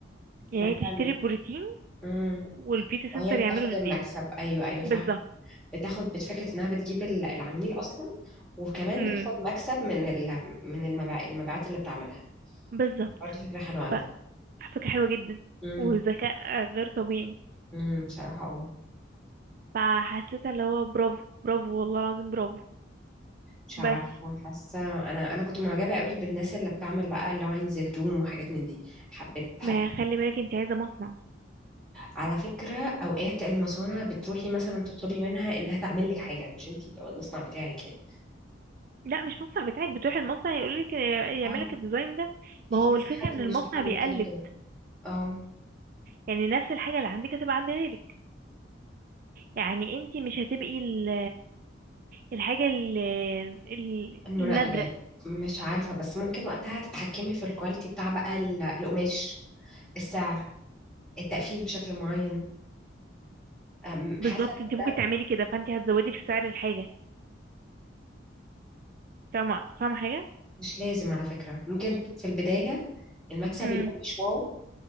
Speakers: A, on the right (about 45°); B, in the centre.
A: يعني
B: فاهمة
A: هي تشتري البروتين
B: امم
A: والبيوتي سنتر
B: وهي بتاخد
A: يعمله للناس
B: المكسب ايوه ايوه فاهمة
A: بالظبط
B: بتاخد بفكرة انها بتجيب ال- العميل اصلا وكمان
A: امم
B: بتاخد مكسب من ال... من المبيع... المبيعات اللي بتعملها
A: بالظبط
B: برضه فكرة حلوة على
A: ف-
B: فكرة
A: فكره حلوه جدا
B: امم
A: وذكاء غير طبيعي
B: امم بصراحة اه
A: فحسيت اللي هو برافو برافو والله العظيم برافو
B: مش
A: بس
B: عارفة حاسة انا انا كنت معجبة قوي بالناس اللي بتعمل بقى لاينز هدوم وحاجات من دي حبيت حب
A: ما خلي بالك انت عايزه مصنع
B: على فكرة اوقات المصانع بتروحي مثلا تطلبي منها انها تعمل لك حاجة مش انتي يبقى المصنع بتاعك يعني
A: لا مش مصنع بتاعك بتروح المصنع يقول لك يعمل
B: اه
A: لك الديزاين ده
B: في
A: ما هو
B: كذا
A: الفكره
B: حد
A: ان
B: من
A: المصنع
B: صحابي
A: بيقلد
B: ابتدوا كده اه
A: يعني نفس الحاجه اللي عندك هتبقى عند غيرك يعني انت مش هتبقي ال- الحاجه ال- ال-
B: المنا...
A: النادره
B: يعني مش عارفة بس ممكن وقتها تتحكمي في الكواليتي بتاع بقى ال- القماش السعر التقفيل بشكل معين أم،
A: بالظبط
B: حاسة إن
A: انت ممكن
B: ده
A: تعملي
B: ممكن-
A: كده فانت هتزودي في سعر الحاجه فاهمه فاهمه حاجه
B: مش لازم على فكرة ممكن في البداية المكسب
A: امم
B: يبقى مش واو